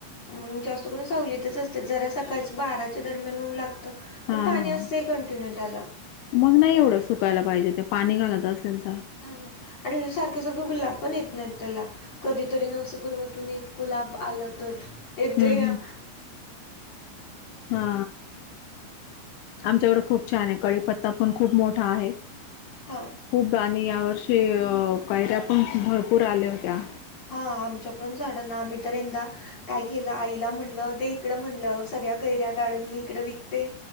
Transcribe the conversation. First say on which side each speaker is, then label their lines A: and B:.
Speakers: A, on the left; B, on the left.
A: मग जास्त करून सवलतच असतेात जरा सकाळच बाराच्या दरम्यान होऊन लाग
B: हां,
A: पण पाणी
B: हां.
A: असतं कंटिन्यू त्याला
B: मग नाही एवढं सुकायला पाहिजे ते पाणी घालायचं असेल तर
A: हा ना आणि सारख्या सारखे गुलाब पण येत नाहीत त्याला कधीतरी नवसपूर्मातून एक गुलाब आलं तर येत
B: हम्म,
A: या
B: हा. आमच्याकडे खूप छान आहे कळी पत्ता पण खूप मोठा आहे.
A: हां.
B: खूप आणि या वर्षी कायऱ्या पण भरपूर आल्या होत्या.
A: हा आमच्या पण झाडना आम्ही तर यंदा. काय केलं आईला म्हणलं दे इकडं म्हणलं सगळ्या कैऱ्या काढून मी इकडं विक ते